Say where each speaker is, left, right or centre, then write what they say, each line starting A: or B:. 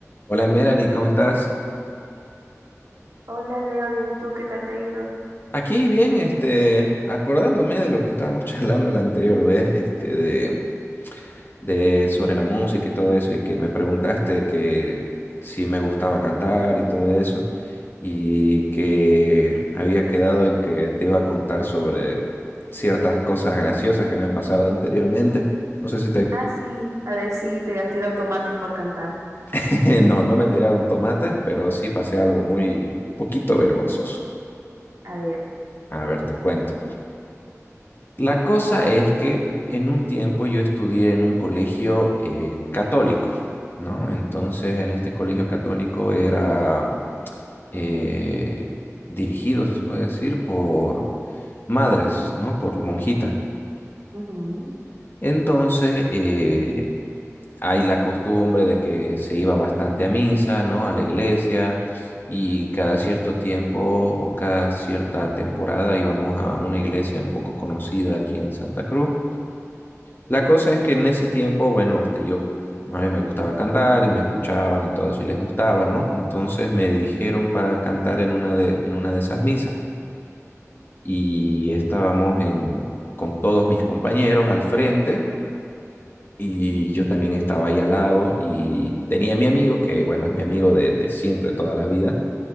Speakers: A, on the left (about 40°); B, on the right (about 80°).
A: Hola Melanie, ¿cómo estás?
B: Hola Leo, bien, ¿y tú qué tal te ha ido?
A: Aquí bien, este, acordándome de lo que estábamos <laughs> charlando la anterior vez, este, de, de sobre la música y todo eso, y que me preguntaste que si me gustaba cantar y todo eso, y que había quedado en que te iba a contar sobre ciertas cosas graciosas que me han pasado anteriormente. No sé si te,
B: Ah, sí, a ver si te han tirado tomates por cantar.
A: <laughs> no, no me tiraron tomates, pero sí pasé algo muy, un poquito vergonzoso.
B: A ver.
A: A ver, te cuento. La cosa es que en un tiempo yo estudié en un colegio eh, católico, ¿no? Entonces, en este colegio católico era eh, dirigido, si se puede decir, por madres, ¿no? Por monjitas.
B: Ujú.
A: Entonces, eh, hay la costumbre de que se iba bastante a misa, ¿no? A la iglesia y cada cierto tiempo o cada cierta temporada íbamos a una iglesia un poco conocida aquí en Santa Cruz La cosa es que en ese tiempo, bueno, este, yo, a mí me gustaba cantar y me escuchaban y todo eso y les gustaba, ¿no? Entonces me dijeron para cantar en una de, en una de esas misas y estábamos en, con todos mis compañeros al frente y yo también estaba ahí al lado y tenía a mi amigo, que bueno, es mi amigo de, de siempre, toda la vida,